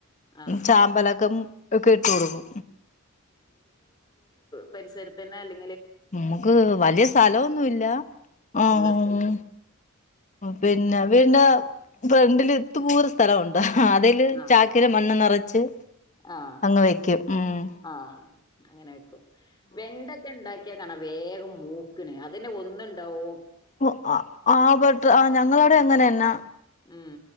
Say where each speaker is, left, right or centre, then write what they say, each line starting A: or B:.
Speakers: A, on the left; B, on the left.
A: ആ
B: ചാമ്പലക്കം ഒക്കെ ഇട്ട് കൊടുക്കും.
A: പരിസരം തെ ന്നെ
B: നമ്മുക്ക് വലിയ സ്ഥലമൊന്നും ഇല്ലആ മ്
A: ഇള്ള സ്ഥലത്ത്
B: പിന്നെ വീന്റെ ഫ്രണ്ടിൽ ത്ത് പൂലെ സ്ഥലം ഉണ്ട് ആ അതല്
A: ആഹ്
B: ചാക്കില മണ്ണ് നിറച്ച്
A: ആഹ്
B: അങ്ങ് വെക്കും മ്മ്
A: ആഹ് അങ്ങനെ വെക്കും വെണ്ടൊക്കെ ഉണ്ടാക്കി കാണ വേഗം മൂക്കിണ് അതന്നെ ഒന്നണ്ടാവോ
B: വോ ആ ആ അവിടെ ഞങ്ങളവിടെ എങ്ങനെന്നാ
A: ഉം